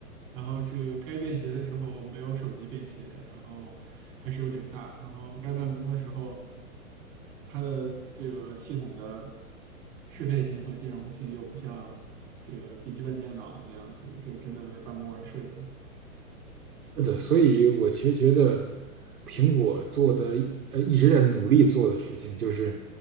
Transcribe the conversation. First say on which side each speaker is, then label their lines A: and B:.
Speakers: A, on the right; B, on the right.
A: 然后这个该便携的时候没有手机便携，然后还是有点大，然后该办公的时候，它的这个系统的适配性和兼容性又不像这个笔记本电脑那样子，这个真的为办公而设计。
B: 是的，所以我其实觉得苹果做的一呃一直在努力做的事情，就是